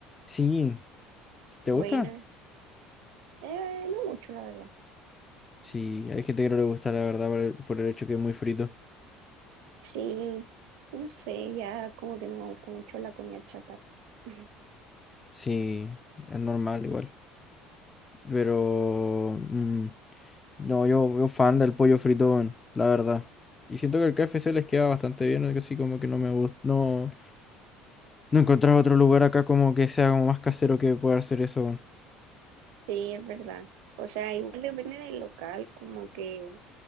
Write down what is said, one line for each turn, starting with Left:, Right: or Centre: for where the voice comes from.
Left: Sí, ¿te
Right: Buena.
Left: gusta?
Right: Eh, no mucho, la verdad.
Left: Sí, hay gente que no le gusta, la verdad, por el, por el hecho que es muy frito.
Right: Sí. Y no sé, ya como que no me gusta mucho la comida chatarra. <laughs>
Left: Sí, es normal igual. Pero mm, no, yo, yo fan del pollo fritón, la verdad. Y siento que el KFC les queda bastante bien, así como que no me gusta. No, no encontrar otro lugar acá como que sea como más casero que pueda hacer eso. weón.
Right: Sí, es verdad. O sea, igual depende del local, como que